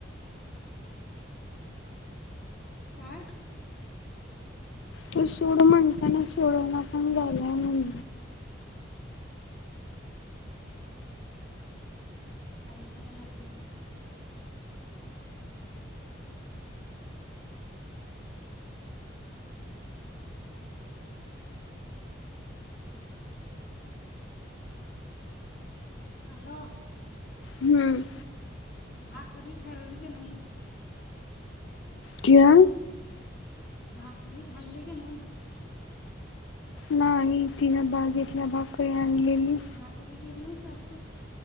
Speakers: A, on the left (about 55°); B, on the left (about 70°).
A: काय?
B: तू सोड म्हणताना सोड नाकाम झाला म्हण
A: राऐकुय लागल नाही हॅलो.
B: हम्म
A: भाकरी खाल्ली का नाही.
B: क्या?
A: भाकरी खाल्ली की नाही.
B: नाही तिन बागेतल्या भाकरी आणलेली.
A: भाकरी केली नाही सासू.